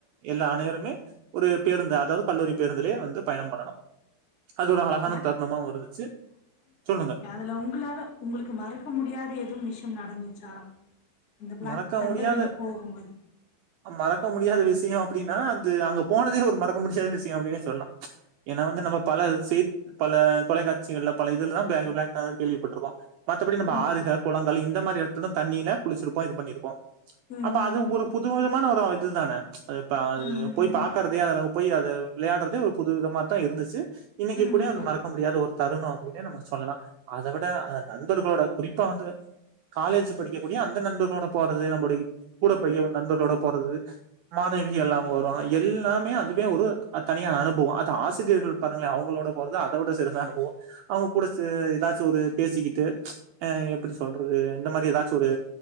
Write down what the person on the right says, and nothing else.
எல்லா அனைவருமே ஒரு பேருந்து அதாவது கல்லூரி பேருந்துலேயே வந்து பயணம் பண்ணணு அது ஒரு அழகான
தருணமாவு இருந்துச்சு சொல்லுங்க
மறக்க
முடியாத
மறக்க முடியாத விஷயோ அப்டின்னா அது அங்க போனதே ஒரு மறக்க முடியாத விஷயோ அப்டின்னே சொல்லலா ஏன்னா வந்து நம்ம பல செய் பல தொலைக்காட்சிகள்ல பல இதுலதா பேங் பிளக் தண்டர் கேள்விப்பட்டிருக்கோ மத்தபடி நம்ம
ஆறுக குளங்கள் இந்த மாரி எடத்துல தண்ணில குளிச்சிருப்போ இது பண்ணிருப்போ
அப்ப
அது
ஒரு புது விதமான ஒரு இது தான அது பா அது
போய் பாக்கறதே
அளவு போய் அத விளையாடுறதே ஒரு புது விதமா தா இருந்துச்சு இன்னிக்கி
கூட அது மறக்க முடியாத ஒரு தருனோ அப்டின்னே நம்ம சொல்லலா அத விட அ நண்பர்களோட குறிப்பா வந்து காலேஜ் படிக்கக்கூடிய அந்த நண்ப னோட போறது நம்முடை கூட படிக நண்பர்களோட போறது மாணவிக எல்லாம் வருவாங்க எல்லாமே அதுவே ஒரு அ தனிய அனுபவோ அது ஆசிரியர்கள் பாருங்களோ அவங்களோட போறத அத விட சிறந்த அனுபவோ அவங்க கூட சே ஏதாச்சு ஒரு பேசிக்கிட்டு அ எப்டி சொல்றது இந்த மாரி ஏதாச்சு ஒரு